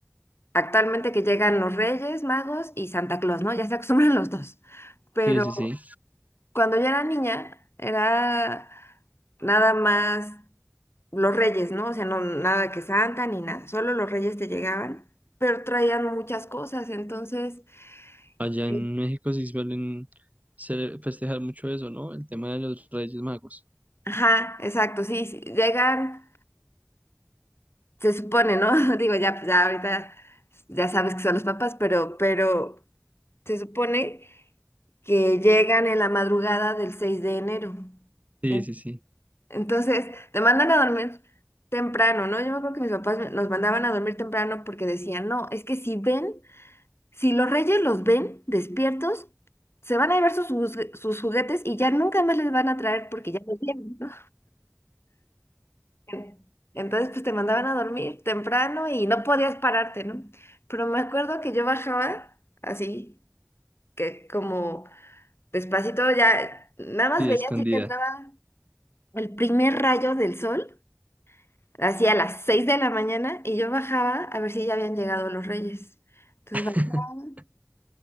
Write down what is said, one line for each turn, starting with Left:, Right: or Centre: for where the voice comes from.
Left: actualmente que llegan los Reyes Magos y Santa Claus, ¿no? Ya se acostumbran los dos. Pero
Right: sí, sí, sí.
Left: cuando yo era niña, era nada más los Reyes, ¿no? O sea, no nada que Santa ni nada, solo los Reyes te llegaban, pero traían muchas cosas, entonces,
Right: Allá
Left: Sí.
Right: en México sí suelen cele- festejar mucho eso, ¿no? El tema de los Reyes Magos.
Left: ajá, exacto, sí, sí, llegan. se supone, ¿no? <laughs> Digo, ya, pues, ya ahorita ya sabes que son los papás, pero, pero se supone que llegan en la madrugada del 6 de enero.
Right: Sí,
Left: En-
Right: sí, sí,
Left: Entonces, te mandan a dormir temprano, ¿no? Yo me acuerdo que mis papás me- nos mandaban a dormir temprano porque decían, no, es que si ven, si los reyes los ven despiertos, se van a llevar sus, juz- sus juguetes y ya nunca más les van a traer porque ya los vieron. ¿no? En- Entonces, pues te mandaban a dormir temprano y no podías pararte, ¿no? Pero me acuerdo que yo bajaba así, que como despacito ya, nada más
Right: sí,
Left: veía
Right: escondida.
Left: así que entraba el primer rayo del sol, así a las seis de la mañana, y yo bajaba a ver si ya habían llegado los reyes. Entonces
Right: <laughs>
Left: bajaba. <laughs>